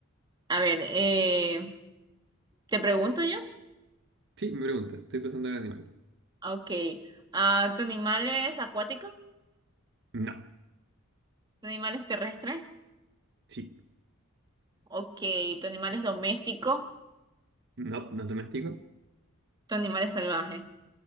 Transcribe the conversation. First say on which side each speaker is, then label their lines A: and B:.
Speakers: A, on the right; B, on the right.
A: A ver, eh, ¿te pregunto yo?
B: Sí, me preguntas, estoy pensando en un animal.
A: Ok. Ah, ¿tu animal es acuático?
B: No.
A: ¿Tu animal es terrestre?
B: Sí,
A: Ok. ¿Tu animal es doméstico?
B: no, no doméstico.
A: ¿Tu animal es salvaje?